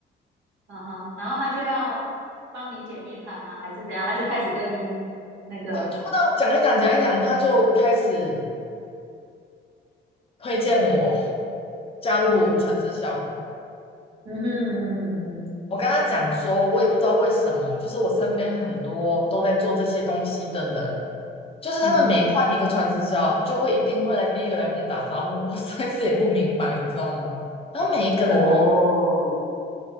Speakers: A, on the right (about 85°); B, on the left (about 30°).
A: 嗯哼，然后他就要帮你解命盘吗？还是怎样？他就开始跟你那个，
B: 对，就不知道讲一讲讲一讲，他就开始推荐我加入纯直销。
A: 嗯嗯哼嗯嗯
B: 我跟他讲说，我也不知道为什么，就是我身边很多都在做这些东西的人，就是他们每换一个传直销，
A: 嗯，
B: 就会一定会来第一个来跟我打招呼。我实在是也不明白，你知道吗？然后每一个人哦，
A: 哦，